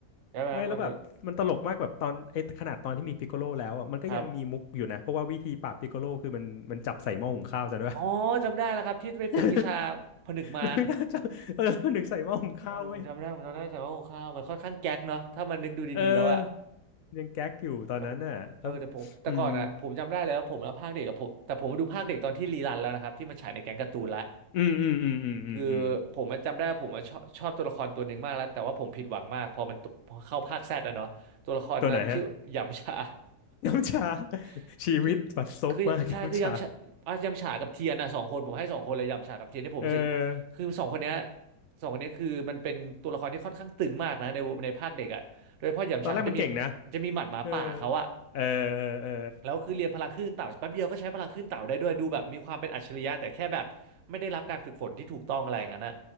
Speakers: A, on the right; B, on the left.
A: ใช่ไหมครับวันนึก
B: ไม่แล้วแบบมันตลกมากแบบตอนไอ้ขนาดตอนที่มีพิกโคโลแล้วอ่ะมันก็ยังมีมุกอยู่นะเพราะว่าวิธีปราบพิกโคโลคือมันมันจับใส่หม้อหุงข้าวจำได้ปะ
A: ครับอ๋อจำได้แล้วครับที่ไปฝึกวิชา
B: <laughs>
A: ผนึกมาร
B: ดูน่าจะเออมันนึกใส่หม้อหุงข้าวเว้ย
A: เออผมจำได้ผมจำได้แต่ว่าโอ้ข้าวมันค่อนข้างแก๊กเนาะถ้ามันนึกดูดีๆแล้วอะ
B: เออยังแก๊กอยู่ตอนนั้นน่ะแล้ว
A: แต่ผมเออแต่ผมแต่ก่อนอ่ะผมจำได้เลยว่าผมแล้วภาคเด็กกับผมแต่ผมมาดูภาคเด็กตอนที่รีรันแล้วนะครับที่มาฉายในแก๊งการ์ตูนละ
B: อืมอืมอืมอืมอืมอืมอืม
A: คือผมอะจำได้ว่าผมมาชอบชอบตัวละครตัวหนึ่งมากแล้วแต่ว่าผมผิดหวังมากพอมันตพอเข้าภาคแซดอะเนาะตัวละครนั้นมันชื่อหยำฉา
B: ตัวไหนฮะ น้ำชา <laughs>
A: <laughs>
B: ชีวิตบัดซบมากน้ำชา
A: คือคือใช่คือยำฉาอ่ะยำฉากับเทียนนะสองคนผมให้สองคนเลยยำฉากับเทียนที่ผมรู้สึก
B: เออ
A: คือสองคนเนี้ยสองคนเนี้ยคือมันเป็นตัวละครที่ค่อนข้างตึงมากนะในในภาคเด็กอะโดยเฉพาะหยำฉาเขาจะมี
B: ตอนแรกมันเก่งนะ
A: มันจะมีหมัดหมาป่าเขาอะ
B: เออเออเออเออ
A: แล้วคือเรียนพลังคลื่นเต่าแป๊บเดียวก็ใช้พลังคลื่นเต่าได้ด้วยดูแบบมีความเป็นอัจฉริยะแต่แค่แบบไม่ได้รับการฝึกฝนที่ถูกต้องอะไรอย่างนั้นอะ